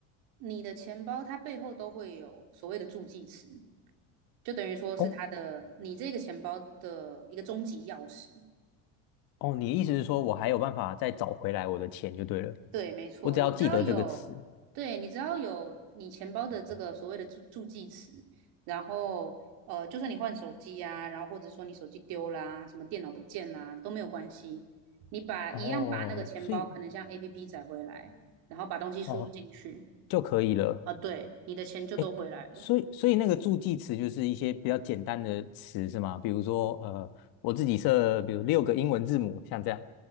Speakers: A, on the right; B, on the left.
A: 你的钱包它背后都会有所谓的助记词，就等于说是它的你这个钱包的一个终极钥匙。
B: 哦哦，你的意思是说我还有办法再找回来我的钱就对了，
A: 对，没错，
B: 我只要记得这个词，
A: 你只要有，对，你只要有你钱包的这个所谓的助助记词，然后呃，就算你换手机啊，然后或者说你手机丢啦、什么电脑不见啦、都没有关系，你把一样把那个钱包可能像
B: 哦，所以
A: APP 载回来，然后把东西输入进去
B: 哦就可以了。
A: 啊，对，你的钱就都回来了。
B: 哎，所以所以那个助记词就是一些比较简单的词是吗？比如说，呃，我自己设，比如六个英文字母，像这样，